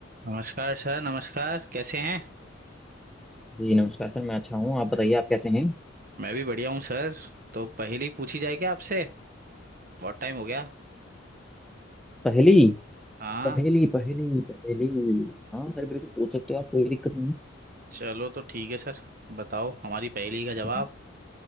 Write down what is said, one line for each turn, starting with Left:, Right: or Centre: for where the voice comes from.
Right: नमस्कार सर नमस्कार कैसे हैं
Centre: जी नमस्कार सर मैं अच्छा हूँ आप बताइए आप कैसे हैं
Right: मैं भी बढ़िया हूँ सर तो पहेली पूछी जाए क्या आपसे बहुत टाइम हो गया
Centre: पहेली
Right: हाँ
Centre: पहेली पहेली पहेली हाँ सर बिल्कुल पूछ सकते हो आप कोई दिक्कत नहीं
Right: चलो तो ठीक है सर बताओ हमारी पहेली का जवाब
Centre: हम्म,